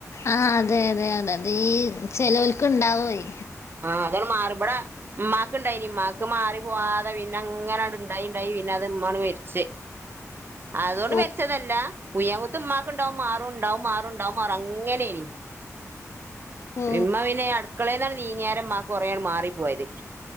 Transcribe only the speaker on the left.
ആ അതെ അതെ അതെ അത ഈ ചെലോൽക്ക് ഇണ്ടാവേയ്.
ഓ
<unintelligible> ഓ